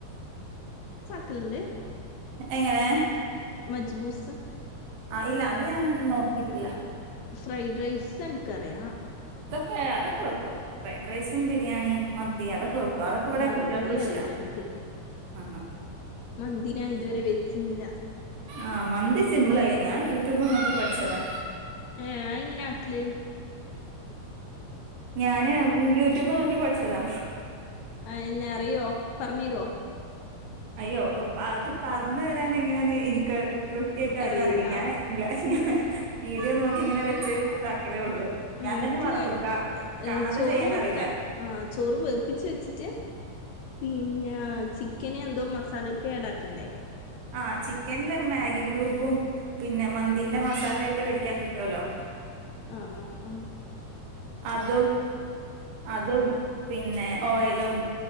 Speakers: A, on the left (about 75°); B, on the right (about 90°).
A: േ <unintelligible>
B: എങ്ങനെ
A: മജ്ബൂസാ
B: ആ ഇല്ല അത് ഞാൻ നോക്കിട്ടില്ല
A: ഫ്രൈഡ് റൈസാണ് കറിയാം
B: കേയതെ വെക്കും ഫ്രൈഡ് റൈസ് ൻ ബിരിയാണിയും മന്തി അതൊക്കെ വെക്കും അതൊക്കെ ഇവിടെ
A: മന്തി
B: കുട്ടികൾക്കും ഇഷ്ടാ
A: അറിയില്ല എനിക്ക്
B: ആ ആ
A: മന്തി ഞാ ഇതുവരെ വെച്ചില്ല
B: ആഹ് മന്തി സിമ്പിൾ അല്ലേ ഞാൻ യൂട്യൂബ് നോക്കി പഠിച്ചതാ
A: ഏ അയെങ്ങനാ ആക്കല്
B: ഞാന് യൂട്യൂബ് നോക്കി പഠിച്ചതാ
A: ആ എന്നെ അറിയോ പറഞ്ഞ് തരുവോ
B: അയ്യോ അത് പറഞ്ഞ് തരാൻ എങ്ങനാന്ന് എനിക്ക് കൃത്യായിട്ട് അവനെ
A: അറിയൂല
B: അറിയില്ല ഞാൻ ഇല്ലെ വീഡിയോ നോക്കി ഇങ്ങനെ വെച്ച്താക്കിലേ ഉള്ളൂ ഞാൻ
A: എനക്ക്
B: തന്നെ മറക്കും കാ കാണാതെ
A: ഏ ചോറ്
B: ചെയ്യാൻ
A: വെക്കാ
B: അറിയില്ല
A: ആ ചോറ് വേപ്പിച്ച വെച്ചിട്ട് പിന്നെ ചിക്കന് എന്തോ മസാലൊക്കെ ആഡ ആാക്കണ്ടേ
B: ആഹ ചിക്കന്ല് മാഗി ക്യൂബും പിന്നെ മന്തിന്റെ മസാലയിട്ട് മേടിക്കാൻ കിട്ടുവല്ലോ
A: ആഹ് ആഹ ആഹ
B: അതും അതും പിന്നെ ഓയിലും